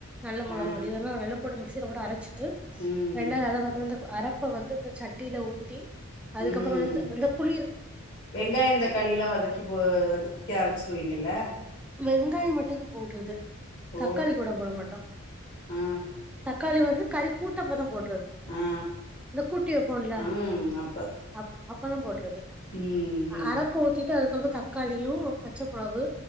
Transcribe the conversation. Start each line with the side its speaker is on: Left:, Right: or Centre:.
Centre: நல்ல மொளக
Left: ஆ
Centre: பொடி இதெல்லா நல்ல பொடு சீலபோட்டுஅரச்சு
Left: ம்
Centre: <unintelligible> அரப்ப வந்து இந்த சட்டில ஊத்தி அதுக்கப்புறோ
Left: ம்
Centre: த் வந்
Left: வெங்காயோ தக்காளிலா வதக்கி போ வதக்கிக்க அரைச்சிருவீங்கல்ல
Centre: வெங்காயோ மட்டுதான் போடுறது தக்காளி
Left: ஓ
Centre: கூட போட மாட்டோ
Left: ஆ
Centre: தக்காளி வந்து கறிக்கூட்டம்பதம் போ
Left: ஆ
Centre: இந்த கூட்டி வைப்போம்ல
Left: ஆ ம் அப்ப
Centre: அப்பத்தா போடுறது
Left: ம் ம்
Centre: அரப்போக்கிட்டு அது ஒரு தக்காளியு ஒரு பச்சமொளவு